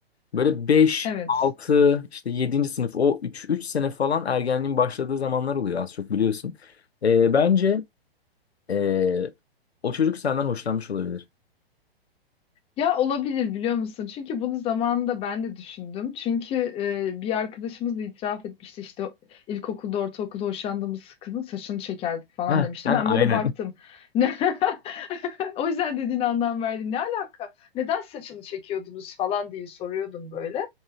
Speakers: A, on the left; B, on the left.
A: Böyle beş
B: Evet.
A: 6 işte yedinci sınıf o 3 3 sene falan ergenliğin başladığı zamanlar oluyor az çok biliyorsun. Ee, bence ee, o çocuk senden hoşlanmış olabilir.
B: Ya olabilir biliyor musun? Çünkü bunu zamanında ben de düşündüm. Çünkü e, bir arkadaşımız da itiraf etmişti işte ilkokulda, ortaokulda hoşlandığımız kızın saçını çekerdik falan
A: Heh,
B: demişti.
A: yani
B: Ben
A: aynen.
B: böyle baktım. Ne? <laughs> O yüzden dediğine anlam verdim. Ne alaka? Neden saçını çekiyordunuz falan diye soruyordum böyle.